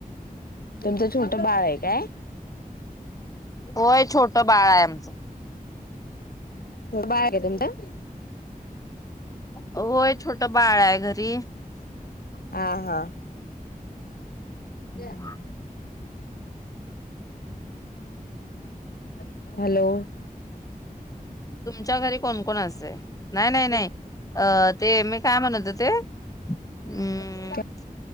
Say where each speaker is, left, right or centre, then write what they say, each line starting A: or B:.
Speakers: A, on the left (about 85°); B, on the left (about 25°).
A: तुमचं छोट बाळ आहे काय?
B: होय, छोट बाळ आहे आमचं.
A: बाळ आहे तुमच?
B: होय, छोट बाळ आहे घरी.
A: हा हा.
B: हम्म.
A: त्या <unintelligible> हॅलो.
B: तुमच्या घरी कोण, कोण असे? नाही, नाही नाही अ ते मी काय म्हणत होते. अम्म
A: ह <unintelligible>